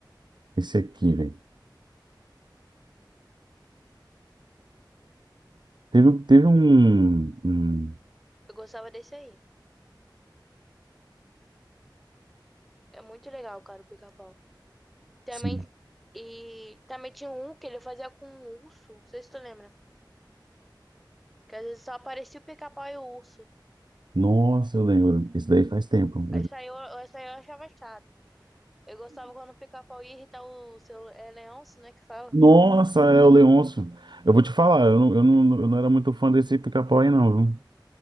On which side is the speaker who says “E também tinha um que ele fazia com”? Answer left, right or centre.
Centre